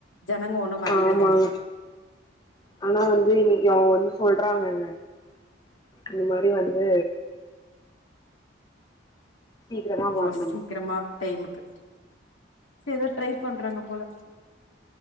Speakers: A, on the left; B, on the left.
A: ஜனங்க ஒன்னு வர்லன்னு
B: ஆமாங்க ஆனா வந்து இன்னைக்கி அவுங்க வந்து சொல்றாங்கங்க இந்த மா ரி வந்து சீக்கிரமா
A: ஓ
B: வரணுமா
A: சீக்கிரமா டைமுக்கு ஏதோ ட்ரை பண்றாங்க போல